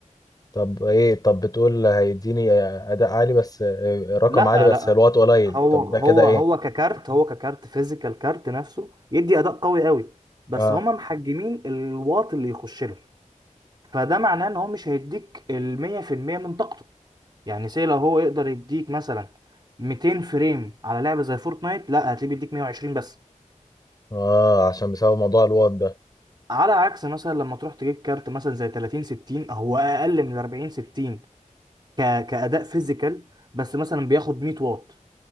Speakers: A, on the left; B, on the right.
A: طب ايه طب بتقول هيديني اداء عالي بس آه، رقم
B: لا
A: عالي بس
B: لا
A: الوات قليل
B: هو
A: طب
B: هو
A: ده كده ايه
B: هو ككارت هو ككارت فيزيكال كارت نفسه يدي اداء قوي قوي بس
A: اه
B: هما محجمين الواط اللي يخش له فده معناه ان هو مش هيديك ال 100% من طاقته يعني سي لو هو يقدر يديك مثلا 200 فريم على لعبه زي فورتنايت لا هتلاقيه بيديك 120 بس
A: اه عشان بسبب موضوع الوات ده
B: على عكس مثلا لما تروح تجيب كارت مثلا زي 30 60 هو اقل من 40 60 ك... كاداء فيزيكال بس مثلا بياخد 100 واط